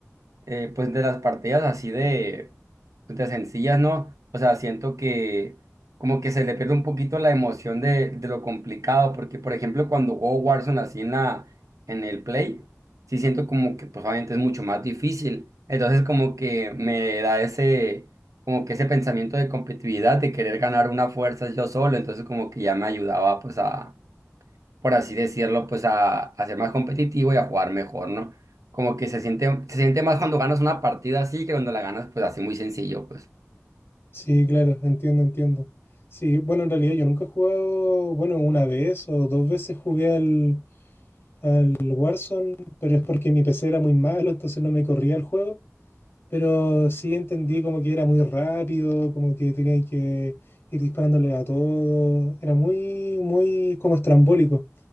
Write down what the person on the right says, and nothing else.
eh, pues de las partidas así de, pues, de sencillas, ¿no? O sea, siento que como que se le pierde un poquito la emoción de, de lo complicado, porque por ejemplo cuando juego Warzone así en la, en el Play, sí siento como que pues obviamente es mucho más difícil. Entonces como que me da ese, como que ese pensamiento de competitividad, de querer ganar una fuerza yo solo, entonces como que ya me ayudaba pues a por así decirlo, pues a, a ser más competitivo y a jugar mejor, ¿no? Como que se siente, se siente más cuando ganas una partida así que cuando la ganas, pues así muy sencillo, pues.